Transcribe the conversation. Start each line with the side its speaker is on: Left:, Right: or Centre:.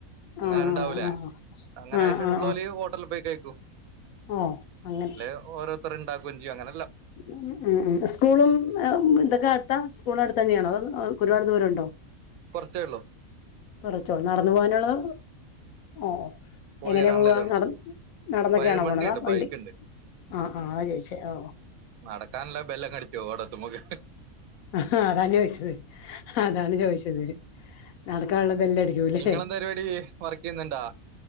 Right: അങ്ങനെ
Left: ആഹ്
Right: ഉണ്ടാവൂലേ
Left: ആഹ്
Right: അങ്ങനെ
Left: ആഹ്
Right: ആശ്യം
Left: ആഹ്
Right: ഉള്ളോല്
Left: ആഹ്
Right: ഹോട്ടലിൽ പോയി കഴിക്കും.
Left: ഓഹ് അങ്ങനെ
Right: അല്ലെ ഓരോരുത്തർ ഇണ്ടാക്കയും ചെയ്യും അങ്ങനെല്ലാ
Left: ഉം ഉം സ്കൂളും ഇതൊക്കെ അടുത്താ സ്കൂളും അടുത്ത് തന്നെയാണോ അതോ ഒരുപാട് ദൂരം ഉണ്ടോ?
Right: കുറച്ചേ ഉള്ളൂ.
Left: കുറച്ചുള്ളൂ നടന്നു പോവാനുള്ളത ഓ
Right: പോയി
Left: എങ്ങനെയാ
Right: വരാനുള്ള
Left: പോവ
Right: ഇതേ ഒള്ളൂ
Left: നട നടന്നൊക്കെയണൊ
Right: വഴി വണ്ടിയുണ്ട്
Left: പോണ അതോ വണ്ടി
Right: ബൈക്ക്ണ്ട്
Left: ആഹ് ആഹ് അതാ ചോയ്ച്ചേ ഓ.
Right: നടക്കാനില്ല ബെല്ലോക്കെ അടിച്ചും ഓടത്തുമ്പക്ക്
Left: ആ അതാണ് ചോദിച്ചത് അതാണ് ചോദിച്ചത് നടക്കാനുള്ള ബെല്ലടിക്കൂല്ലേ
Right: നിങ്ങളെന്താ പരിപാടി വർക്ക് ചെയ്യുന്നുണ്ടാ?